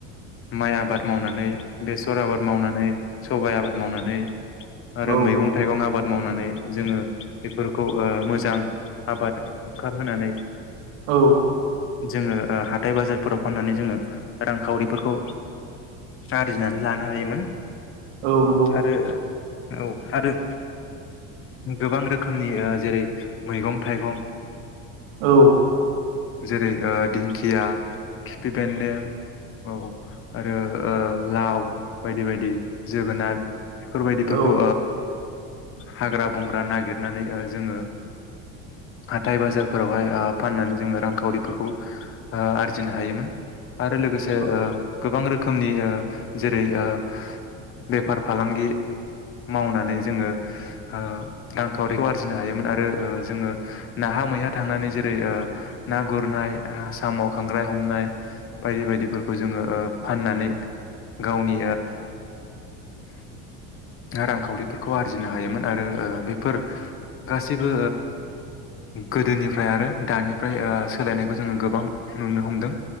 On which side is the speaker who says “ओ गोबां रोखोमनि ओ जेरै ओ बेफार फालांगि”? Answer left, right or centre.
Left